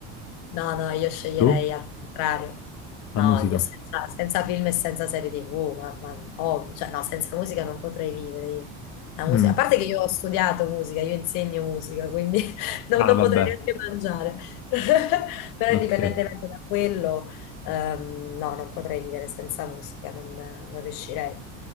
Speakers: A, on the left (about 65°); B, on the left (about 45°).
A: No, no, io sceglierei
B: Tu?
A: al contrario. No,
B: La musica?
A: io senza, senza film e senza serie TV, ma, ma- oh, cioè, no, senza musica non potrei vivere io. La musica,
B: Mm.
A: a parte che io ho studiato musica, io insegno musica, quindi <laughs> non,
B: Ah,
A: non
B: vabbè,
A: potrei neanche mangiare. <laughs> Però
B: ok.
A: indipendentemente da quello, ehm, no, non potrei vivere senza musica, non, non riuscirei.